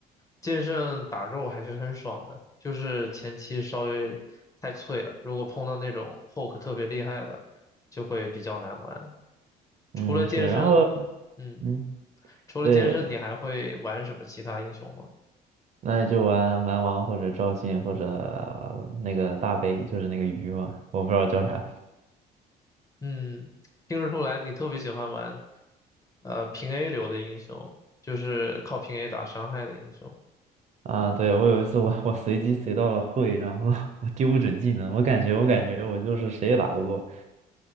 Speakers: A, on the left; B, on the right.
A: 剑圣打肉还是很爽的，就是前期稍微太脆了，如果碰到那种 poke 特别厉害的，就会比较难玩。
B: 嗯，
A: 除了剑圣，
B: 是，然后
A: 嗯，
B: 嗯，
A: 除了剑圣，
B: 对，
A: 你还会玩什么其他英雄吗？
B: 那就玩蛮王或者赵信或者呃那个大杯，就是那个鱼嘛，我不知道叫啥
A: 嗯，听得出来你特别喜欢玩，呃，平 A 流的英雄，就是靠平 A 打伤害的英雄。
B: 啊。对，我有一次我我随机随到了会，然后 <laughs> 我丢不准技能，我感觉我感觉我就是谁也打不过。